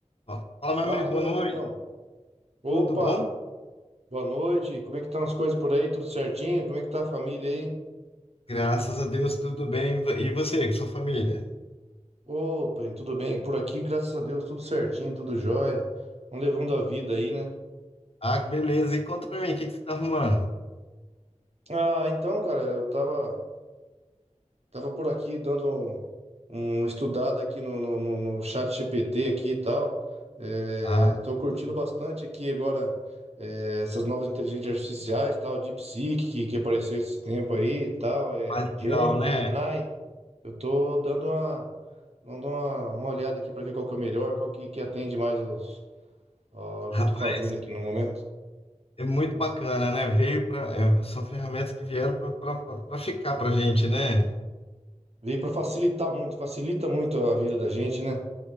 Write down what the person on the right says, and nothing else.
Fala,
meu
amigão. Opa,
boa noite. Como é que estão as coisas por aí? Tudo certinho? Como é que tá a família aí?
Opa, tudo bem. Por aqui, graças a Deus, tudo certinho, tudo jóia. Vamos levando a vida aí, né?
Ah, então, cara, eu tava Tava por aqui dando um estudado aqui no, no, no, no chat GPT aqui e tal. É,
tô curtindo bastante aqui agora é, essas novas inteligências artificiais, tal, DeepSeek que, que apareceu esse tempo aí e tal, é,
Gemini,
Gemini. Eu tô dando uma, dando uma, uma olhada aqui para ver qual que é o melhor, qual que, que atende mais os, ó, o que
eu tô fazendo aqui no momento.
Veio para facilitar muito, facilita muito a vida da gente, né?